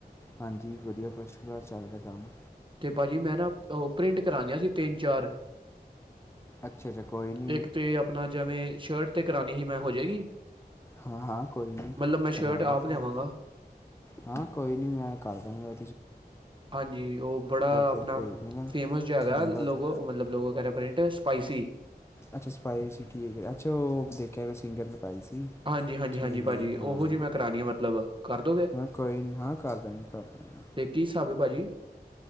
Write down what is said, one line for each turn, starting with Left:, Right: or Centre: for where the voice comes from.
Left: ਹਾਂਜੀ। ਵਧੀਆ, ਫਸਟ ਕਲਾਸ ਚੱਲ ਰਿਹਾ ਕੰਮ।
Right: ਤੇ ਭਾਜੀ ਮੈਂ ਨਾ, ਉਹ ਪ੍ਰਿੰਟ ਕਰਾਣੀਆਂ ਸੀ। ਤਿੰਨ, ਚਾਰ।
Left: ਅੱਛਾ- ਅੱਛਾ, ਕੋਈ ਨਹੀਂ।
Right: ਇੱਕ ਤੇ ਆਪਣਾ, ਜਿਵੇਂ ਸ਼ਰਟ ਤੇ, ਕਰਾਉਣੀ ਹੀ ਮੈਂ। ਹੋ ਜਾਏਗੀ?
Left: ਹਾਂ- ਹਾਂ, ਕੋਈ ਨਾ,
Right: ਮਤਲਬ ਮੈਂ
Left: ਕਰਵਾ
Right: ਸ਼ਰਟ
Left: ਲਓ
Right: ਆਪ
Left: ਤੁਸੀਂ।
Right: ਲਿਆਵਾਂਗਾ
Left: ਹਾਂ। ਕੋਈ ਨੀ, ਮੈਂ ਕਰਦਾਂਗਾ।
Right: ਹਾਂਜੀ। ਉਹ ਬੜਾ ਆਪਣਾ,
Left: 'ਤੇ ਭੇਜ ਦੇਣਾ
Right: ਫੇਮਸ ਜਿਆ ਹੈਗਾ।
Left: ਨੰਬਰ
Right: ਲੋਗੋ,
Left: 'ਤੇ
Right: ਮਤਲਬ ਔ ਲੋਗੋਂ, ਕਹਿ ਰਹੇ ਪ੍ਰਿੰਟ। ਸਪਾਈਸੀ।
Left: ਅੱਛਾ। ਸਪਾਈ ਸੀ, ਠੀਕ ਹੈ। ਅੱਛਾ ਉਹ, ਦੇਖਿਆ ਮੈਂ, ਸਿੰਗਰ ਨੇ ਪਾਈ ਸੀ।
Right: ਹਾਂਜੀ- ਹਾਂਜੀ,
Left: ਠੀਕ
Right: ਹਾਂਜੀ,
Left: ਹੈ
Right: ਭਾਜੀ
Left: ਜੀ, ਹਾਂ
Right: ਉਹੋ ਜਿਹੀ, ਮੈਂ ਕਰਾਣੀ ਆ, ਮਤਲਬ ਕਰ ਦੋਗੇ।
Left: ਹਾਂ ਕੋਈ ਨਹੀਂ ਹਾਂ ਕਰ ਦਾਂਗੇ ਕਰ ਦਾਂਗੇ
Right: ਤੇ ਕੀ, ਹਿਸਾਬ ਹੈ, ਭਾਜੀ।